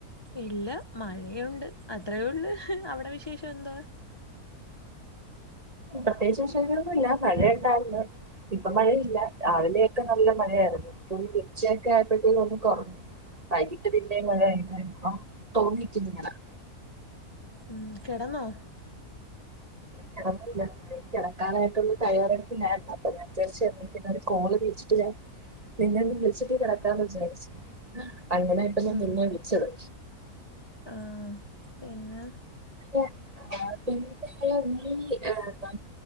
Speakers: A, on the left; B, on the right.
A: ഇല്ല മഴയുണ്ട് അത്രയൊള്ളു അവിടെ വിശേഷ എന്തുവ?
B: പ്രത്യേകിച്ച് വിശേഷോന്നുല്ല മഴ ണ്ടായിർന്നു ഇപ്പം മഴയില്ല രാവിലെയൊക്കെ നല്ല മഴയായിർന്നു ഇപ്പം ഉച്ചയൊക്കെ ആയപ്പോഴത്തേക്കു ഒന്ന് കൊർഞ്ഞു വൈകിട്ട് പിന്നേം മഴ <unintelligible> ഇപ്പം <unintelligible>
A: ഉം കെടന്നോ
B: കെടന്നില്ല എനി കിടക്കാനായിട്ടുള്ള തയ്യാറെടുപ്പില്ലായിരുന്നു അപ്പൊ ഞാ വിചാരിച്ച എന്ന പിന്നെ ഒരു കോള് വിളിച്ചിട്ട് ഞാൻ നിന്നെ ഒന്ന് വിളിച്ചിട്ട് കിടക്കാന്ന് വിചാരിച്ചു അങ്ങനെ ഇപ്പൊ ഞാൻ
A: ആഹ്
B: നിന്നെ വിളിച്ചത്.
A: ആഹ് പിന്നെ
B: <unintelligible> നീ എന്താ